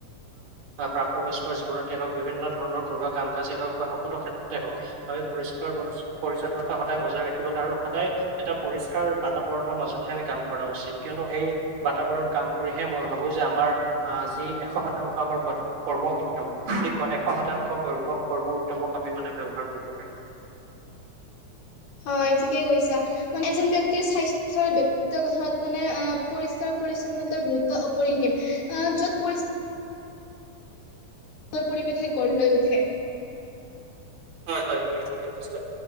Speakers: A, on the right; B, on the left.
A: প্ৰাপ্তবয়স্কৰ জীৱনতে হওক বিভিন্ন ধৰণৰ ঘৰুৱা কাম কাজেই হওঁক বা সকলো ক্ষেত্ৰতে হওঁক, আমি পৰিস্কাৰ প-পৰিচ্ছন্নতা সদায় বজাই ৰাখিবলৈ আৰু সদায়
B: পাৰিম।
A: এটা পৰিস্কাৰ বাতাবৰণৰ মাজতহে আমি কাম কৰা উচিত। কিয়নো সেই বাতাবৰণ কাম কৰিহে মই ভাবোঁ যে, আমাৰ অ', যি এশ শতাংশ আমাৰ ক-কৰ্ম উদ্যম, <unintelligible> এশ শতাংশ কৰ্ম, কৰ্ম উদ্যমক আমি মি মানে ব্যৱহাৰ কৰিব পাৰিম।
B: হয়, ঠিকেই কৈছা, মানে এজন ব্যক্তিৰ স্বাস্থ্যৰ ব্যক্ত কথাত মানে অ', পৰিস্কাৰ পৰিচ্ছন্নতাৰ গুৰুত্ব অপৰিসীম। আ, য'ত পৰি পৰিৱেশে গঢ় লৈ উঠে।
A: হয়, হয়। তুমি ঠিকে কৈছা।